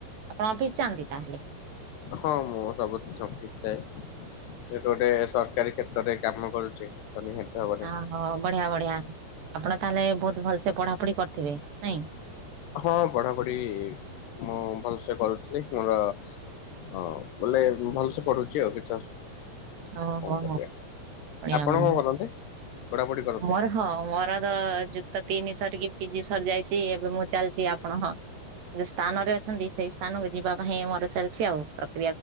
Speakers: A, on the right; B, on the left.
A: ଆପଣ ଅଫିସ ଯାଆନ୍ତି ତାହେଲେ?
B: ହଁ ମୁଁ ସବୁ ଦିନ ଅଫିସ୍ ଯାଏ ଗୋଟେ ଗୋଟେ ସର କାରୀ କ୍ଷେତ୍ରରେ କାମ କରୁଚି ତ ନିହାତି। ଭାବରେ
A: ଓହୋ ବଢିଆ ବଢିଆ ଆପଣ ତାହେଲେ ବହୁତ ଭଲସେ ପଢାପଢି କରିଥିବେ ନାଇଁ?
B: ହଁ ପଢାପଢି ମୁଁ ଭଲସେ କରୁଥିଲି ମୋର ହଁ ବୋଲେ ଭଲସେ ପଢୁଛି ଆଉ କିଛି ଅସୁ
A: ହଁ
B: କଣ
A: ହଁ
B: କରିବା
A: ହଁ। ବଢଆ
B: ଆପଣ
A: ବଢିଆ
B: କଣ କରନ୍ତି? ପଢାପଢି କରନ୍ତି
A: ମୋର ହଁ ମୋର ତ ଯି କ୍ତ ତିନି ସରିକି ପିଜି ସରି ଯାଇଛି ଏବେ ମୁଁ ଚାଲିଛି ଆପଣ ହଁ। ଯୋଉ ସ୍ଥାନ ରେ ଅଛନ୍ତି ସେଇ ସ୍ଥାନକୁ ଯିବା ପାଇଁ ଆମର ଚାଲିଛି ଆଉ ପ୍ର